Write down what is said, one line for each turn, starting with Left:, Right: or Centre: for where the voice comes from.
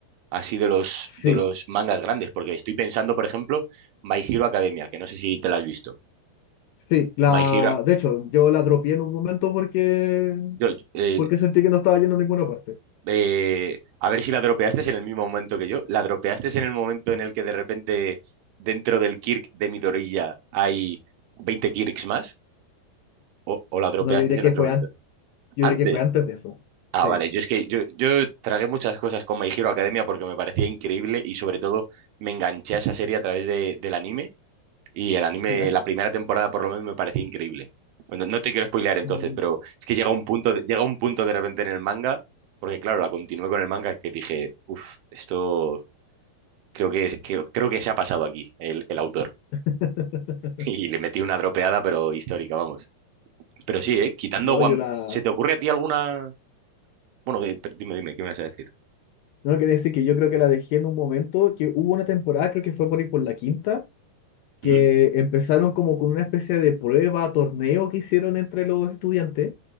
Right: Así de los,
Left: sí.
Right: de los mangas grandes, porque estoy pensando, por ejemplo, My Hero Academia, que no sé si te la has visto.
Left: Sí, la,
Right: My Hero,
Left: de hecho, yo la dropié en un momento porque,
Right: yo, yo, eh,
Left: porque sentí que no estaba yendo a ninguna parte.
Right: eh, a ver si la dropeaste en el mismo momento que yo. La dropeaste en el momento en el que de repente dentro del Kirk de Midorilla hay 20 Kirks más. ¿O, o la dropeaste
Left: No, yo diría
Right: en
Left: que
Right: otro
Left: fue
Right: momento?
Left: antes, yo
Right: Antes.
Left: diría que fue antes de eso. Sí,
Right: Ah, vale. Yo es que yo, yo tragué muchas cosas con My Hero Academia porque me parecía increíble y sobre todo me enganché a esa serie a través de- del anime y el anime,
Left: ¿ya?
Right: la primera temporada por lo menos me parecía increíble. Bueno, no te quiero spoilear entonces,
Left: Mm.
Right: pero es que llega un punto, de- llega un punto de repente en el manga, porque claro, la continué con el manga que dije, uff, esto creo que, es- creo, creo que se ha pasado aquí el, el autor.
Left: <laughs>
Right: <laughs> Y le metí una dropeada, pero histórica, vamos. Pero sí,
Left: Ya.
Right: ¿eh? Quitando
Left: No,
Right: One...
Left: yo la.
Right: ¿Se te ocurre a ti alguna... Bueno, eh, per- dime, dime, ¿qué me vas a decir?
Left: No, quería decir que yo creo que la dejé en un momento que hubo una temporada, creo que fue por ahí por la quinta, que
Right: ¿Mm?
Left: empezaron como con una especie de prueba, torneo que hicieron entre los estudiantes,